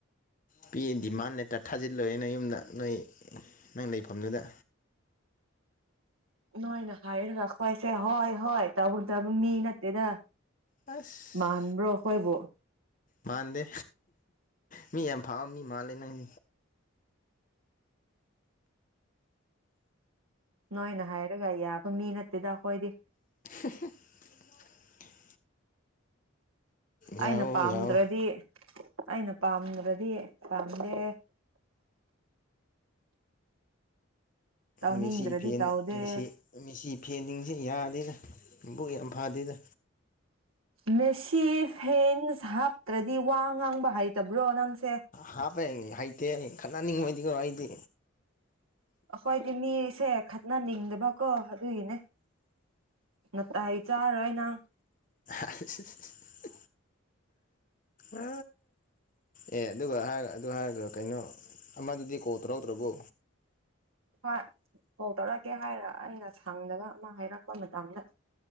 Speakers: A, on the left; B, on the right.
A: ꯄꯤ ꯗꯤꯃꯥꯟꯅꯦꯦꯛꯇ ꯊꯥꯖꯤꯜꯂꯣꯏ ꯅ ꯌꯨꯝꯗ ꯅꯣꯏ ꯅꯪ ꯂꯩꯐꯝꯗꯨꯗ
B: ꯅꯣꯏꯅ ꯍꯥꯏꯔꯒ ꯈꯋꯥꯣꯏꯁꯦ ꯍꯣꯏ ꯍꯣꯏ ꯇꯥꯕꯨꯨꯔꯗꯕ ꯃꯤ ꯅꯠꯇꯦꯗ
A: ꯑꯁ
B: ꯃꯥꯟꯕ꯭ꯔꯈꯣꯏꯕꯨ
A: ꯃꯥꯟꯗꯦ ꯃꯤ ꯌꯥꯝ ꯐꯥꯎ ꯃꯤ ꯃꯥꯜꯂꯦ ꯅꯪ
B: ꯅꯣꯏꯅ ꯍꯥꯏꯔꯒ ꯌꯥꯕ ꯃꯤ ꯅꯠꯇꯦꯗ ꯑꯩꯈꯣꯏꯗꯤ
A: <unintelligible> ꯌꯥꯑꯣ
B: ꯑꯩꯅ ꯄꯥꯝꯗ꯭ꯔꯗꯤ
A: ꯌꯥꯑꯣ
B: ꯑꯩꯅ ꯄꯥꯝꯗ꯭ꯔꯗꯤ ꯄꯥꯝꯗꯦ ꯇꯧꯅꯤꯡꯗ꯭ꯔꯗꯤ
A: ꯃꯦꯆꯤ ꯐꯦꯟ
B: ꯇꯧꯗꯦ
A: ꯃꯦꯆꯤ ꯐꯦꯟꯗꯤꯁꯤꯦ ꯌꯥꯗꯦꯔꯥ ꯕꯨꯛ ꯌꯥꯝ ꯐꯗꯦꯗ
B: ꯃꯦꯁꯤ ꯐꯦꯟꯁ ꯍꯥꯞꯇ꯭ꯔꯗꯤ ꯋꯥ ꯉꯥꯡꯕ ꯍꯩꯇꯕ꯭ꯔꯣ ꯅꯪꯁꯦ
A: ꯍꯥꯞꯄꯦ ꯍꯩꯇꯦ ꯈꯠꯍꯅꯤꯡꯕꯩꯗꯤꯀꯩꯅꯣ ꯑꯩꯗꯤ
B: ꯑꯩꯈꯣꯏꯗꯤ ꯃꯤꯁꯦ ꯈꯠꯅꯅꯤꯡꯗꯕꯀꯣ ꯑꯗꯨꯒꯤꯅꯦ ꯅ ꯇ ꯏꯆꯔꯅ
A: <inaudible> ꯑ ꯑꯦ ꯑꯗꯨꯒ ꯍꯥꯏꯔ ꯑꯗꯨ ꯍꯥꯏꯔꯒ ꯀꯩꯅꯣ ꯑꯃꯗꯨꯗꯤ ꯀꯣꯜ ꯇꯧꯔꯧꯗ꯭ꯔꯕꯣ
B: ꯍꯣꯏ ꯀꯣꯜ ꯇꯧꯔꯛꯀꯦ ꯍꯥꯏꯔ ꯑꯩꯅ ꯁꯪꯗꯕ ꯑꯃ ꯍꯥꯏꯔꯛꯄ ꯃꯇꯝꯗ